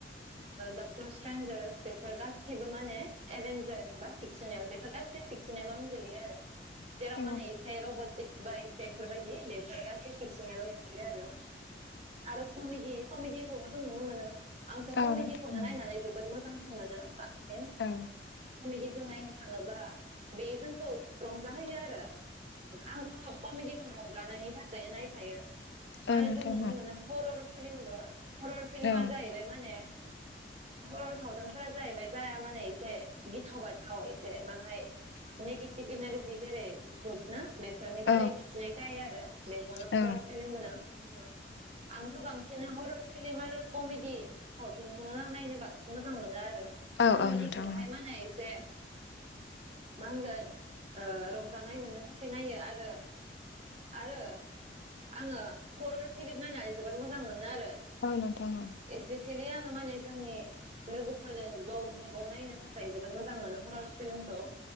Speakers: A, on the right; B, on the left.
A: डक्टर सिट्रेन्जारस बेफोर गासिबो माने एभेन्जार बा फिक्सनेल बेफोर गासिबो‌ सिनेमावनो गोलैयो आरो जेराव
B: औ
A: माने एसे रबट। भिसबाय सेऩथार बेफोर गासिबो फिक्सनेल आव गोलैयो आरो आरो कमेडि कमेडिखौबो जों नुनो मोनो आंथ'
B: औ
A: कमेडिखौनो
B: नोंथां
A: नायनानै जोबोद मोजांसिन मोनो बांसिन
B: औ
A: कमेडि जों नायनो थाङोबा बे जोंखौ रंजाहोयो आरो आंथ' कमेडिखौ रंजानायनि थाखायनो नायखायो
B: औ
A: आरो
B: नोंथां
A: जों नुनो मोनो हरर फिलिमबो हरर फिलिमा
B: औ
A: जाहैबाय माने। हरर' सावथुनफोरा जाहैबाय जाया माने एसे गिथाव बाथाव एसे माहाय नेगिथिभ एनारजि जेरै भुट ना बेफोरनि बारै
B: औ
A: खिथिनाय जायो आरो बेखौनो हरर
B: औ
A: फिल्म होनो। आंथ' बांसिना हरर फिलिम आरो कमेडी सावथुनखौनो आं नायनो बांसिन मोजां मोनो आरो
B: औ
A: कमेडिखौहाय
B: औ नोंथां
A: माने एसे मा होनगोन रंजानाय मोन्नो थाखाय नायो आरो आरो आङो हरर फिलिम नायनानै जोबोद मोजां मोनो आरो
B: औ नोथां
A: स्पेसिलि आङो माने जोंनि लोगोफोरजों ज' ग्रुपाव नायनो थाखाय जोबोद मोजां मोनो हररस फिल्मखौ